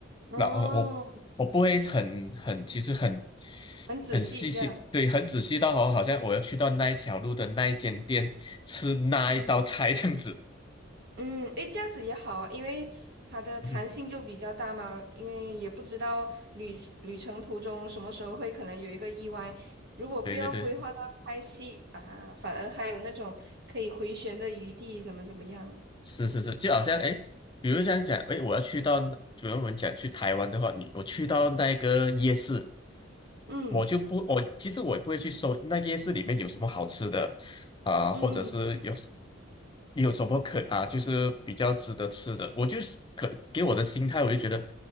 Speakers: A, on the right; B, on the left.
A: 哦
B: 那呃我我不会很很，其实很
A: 很仔细这样。
B: 很细心，对，很仔细到好，好像我要去到那一条路的那一间店吃那一道菜这样子。
A: 嗯嗯，诶，这样子也好啊，因为它的弹性就比较大嘛，
B: 嗯哼
A: 因为也不知道旅旅程途中什么时候会可能有一个意外。如果不要规划到拍戏啊，
B: 对对对，
A: 反而还有那种可以回旋的余地，怎么怎么样？
B: 是是是，就好像哎，诶比如这样讲，哎，我要去到那，比如我们讲去台湾的话，你我去到那个夜市。
A: 嗯
B: 我就不，我其实我也不会去搜那夜市里面有什么好吃的啊、
A: 嗯，
B: 或者是有有什么可啊，就是比较值得吃的。我就是可给我的心态，我就觉得